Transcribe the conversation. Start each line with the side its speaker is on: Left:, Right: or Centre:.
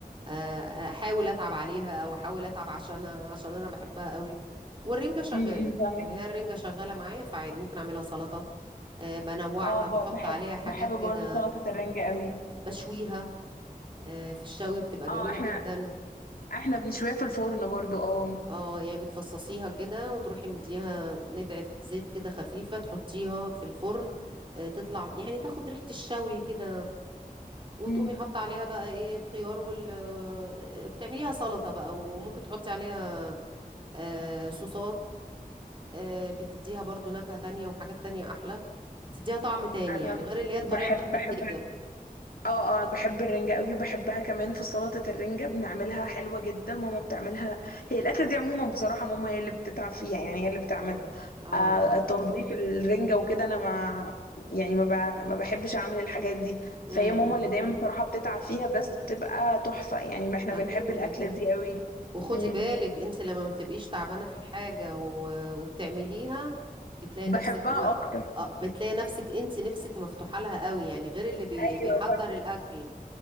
Right: آه، احاول اتعب عليها او احاول اتعب عشانها عشان انا بحبها قوي والرنجه شغاله
Left: امم فاهمه
Right: يعني هي الرنجه شغاله معايا فعادي ممكن اعملها سلطه آه، بنوعها
Left: اه ب-
Right: بحط
Left: بحب
Right: عليها حاجات
Left: بحب برضه
Right: كده
Left: سلطه الرنجة قوي
Right: بشويها آه، في الشوي بتبقى
Left: اه
Right: جميله
Left: احنا
Right: جدا
Left: احنا بنشويها في الفرن برضه اه
Right: اه يعني بتفصصيها كده وتروحي مديها ندعة زيت كده خفيفة تحطيها في الفرن آه، تطلع يعني تاخد ريحة الشوي كده وتقومي
Left: مم.
Right: حاطة عليها بقى ايه الخيار وال آه، بتعمليها سلطة بقى وممكن تحطي عليها آه، صوصات آه، بتديها برضو نكهة تانية وحاجات تانية أحلى بتديها طعم تاني
Left: انا
Right: يعني غير اللي هي الطريقة
Left: بحب
Right: التقليدية
Left: بحب اه اه بحب الرنجة قوي وبحبها كمان في سلطة الرنجة بنعملها حلوة جدا ماما بتعملها هي الأكلة دي عموما بصراحة ماما هي اللي بتتعب فيها يعني هي اللي بتعملها
Right: اه اه
Left: آه
Right: اه
Left: تنظيف الرنجة وكده انا ما يعني ما, ب... ما بحبش اعمل الحاجات دي
Right: امم
Left: فهي ماما
Right: إمم.
Left: اللي دايما بصراحة بتتعب فيها بس بتبقى تحفة يعني ما احنا
Right: اكيد
Left: بنحب الأكلة
Right: اكيد
Left: دي قوي
Right: وخدي
Left: امم
Right: بالك انت لما ما بتبقيش تعبانه في الحاجه و- وبتعمليها بتلاقي
Left: بحبها
Right: نفسك ما
Left: اكتر
Right: آه، بتلاقي نفسك انت نفسك مفتوحه لها قوي يعني غير اللي بي
Left: ايوه
Right: بيحضر
Left: صح
Right: الاكل